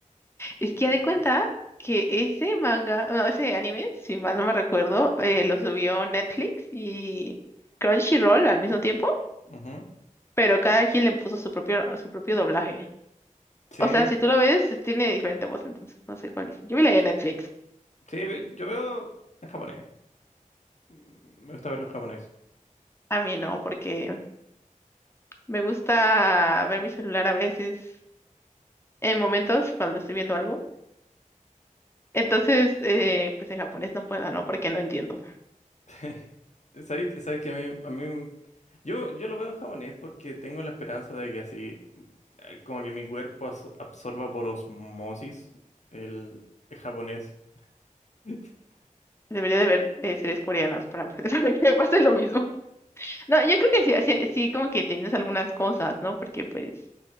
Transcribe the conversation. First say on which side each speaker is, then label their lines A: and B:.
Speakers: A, on the left; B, on the left.
A: Es que
B: Eh,
A: ya de cuenta que ese manga, no, ese anime, si mal no me recuerdo, eh, lo subió Netflix y Crunchyroll al mismo tiempo,
B: ujú.
A: pero cada quien le puso su propio, su propio doblaje.
B: Sí,
A: O sea, si tú lo ves, tiene diferente voz, entonces no sé cuál es. Yo vi la de
B: sí,
A: Netflix.
B: sí, ve- yo veo en japonés. Mm, Me gusta verlo en japonés.
A: A mí no, porque me gusta ver mi celular a veces en momentos cuando estoy viendo algo. Entonces, eh, pues en japonés no puedo, ¿no? Porque no entiendo.
B: <laughs> ¿Sabes que sabes que a mí, a mí, yo, yo lo veo en japonés porque tengo la esperanza de que así, eh, como que mi cuerpo aso- absorba por osmosis el, el japonés. <laughs>
A: Debería de ver eh, series coreanas para, <laughs> para que me pase lo mismo. No, yo creo que sí, sí, sí, como que entiendes algunas cosas, ¿no? Porque pues